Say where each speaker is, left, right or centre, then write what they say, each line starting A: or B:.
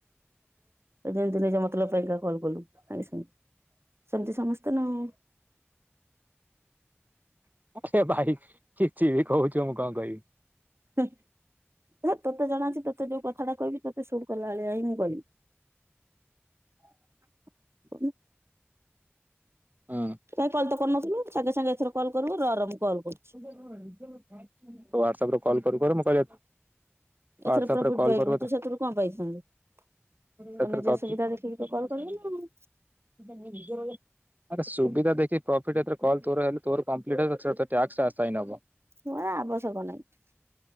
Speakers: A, on the right; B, on the right.
A: <inaudible> ନିଜ ମତଲବ୍ ପାଇଁଙ୍କା କଲ୍ କଲୁ ସାଙ୍ଗେ ସାଙ୍ଗେ। ସେମିତି ସମସ୍ତେ ନା ଆଉ।
B: ହଁ ସେ ଭାଇ ଚିଡି ଚିଡି କହୁଚି ମୁଁ କଣ କହିବି?
A: ହୁଁ। ଏ ତତେ ଜଣା ଅଛି। ତତେ ଯୋଉ କଥାଟା କହିବି ତତେ ଶୁଣ ଗଲା ଭଳିଆ ହିଁ ମୁଁ କଇବି କୋଉନୁ।
B: ହୁଁ।
A: କାଇଁ କଲ୍ ତ କରୁ ନଥୁଲୁ। ସାଙ୍ଗେ ସାଙ୍ଗେ ଏଥର କଲ୍ କରୁବୁ। ରହ ରହ ମୁଁ କଲ୍ କରୁଚି।
B: ତୁ ୱାଟ୍ସପ୍ ରେ କଲ୍ କରୁ କରୁ ମୁଁ କହିଲି ହ୍ୱାଟ୍ସଆପରେ
A: ଏଥରେ ପ୍ରଫିଟ
B: କଲ୍
A: ପାଇବୁ
B: କରୁ
A: ତୁ ସେଥିରୁ କଣ ପାଇଥାନ୍ତୁ? ତୋ
B: ସେଥିରେ
A: ନିଜ
B: ତ
A: ସୁବିଧା ଦେଖିକି ତୁ କଲ କରିବୁନା ଆଉ।
B: ଆରେ ସୁବିଧା ଦେଖି ପ୍ରୋଫିଟ ହେତିରେ କଲ ତୋର ହେଲେ ତୋର କଂପ୍ଲିଟ୍ ହେଲେ ତୋ <unintelligible> ଟାସ୍କ ଆସାଇନ ହେବ।
A: ମୋ ଆବଶ୍ୟକ ନାହିଁ।